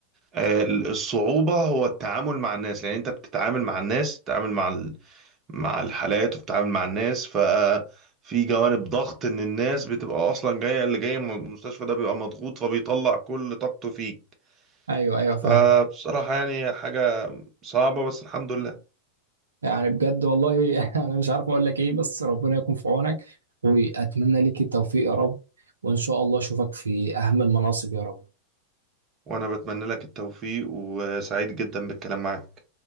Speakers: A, on the right (about 30°); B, on the right (about 75°).
A: آه، الصعوبة هو التعامل مع الناس لأن أنت بتتعامل مع الناس بتتعامل مع ال- مع الحالات وبتتعامل مع الناس ففي جوانب ضغط إن الناس بتبقى أصلا جاية اللي جاي من المستشفى ده بيبقى مضغوط فبيطلع كل طاقته فيك
B: ايوه ايوه فاهم
A: فبصراحة يعني حاجة صعبة بس الحمد لله
B: يعني بجد والله <laughs> انا مش عارف اقول لك ايه بس ربنا يكون في عونك واتمنى ليك التوفيق يا رب وان شاء الله اشوفك في اهم المناصب يا رب
A: وأنا بتمنى لك التوفيق وسعيد جدا بالكلام معاك